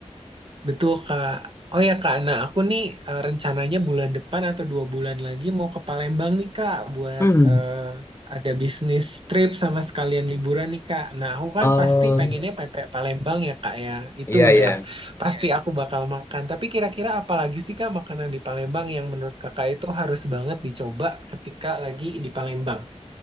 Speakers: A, on the right; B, on the left.
A: Betul, Kak. Oh ya, Kak. Nah, aku nih eh, rencananya bulan depan atau dua bulan lagi mau ke Palembang nih, Kak, buat
B: Hmm.
A: eh, ada bisnis trip sama sekalian liburan nih, Kak. Nah, aku kan
B: Oh
A: pasti pengennya pempek Palembang ya, Kak ya. Itu
B: iya
A: udah
B: iya.
A: pasti aku bakal makan. Tapi kira-kira apa lagi sih, Kak, makanan di Palembang yang menurut Kakak itu harus banget dicoba ketika lagi di Palembang?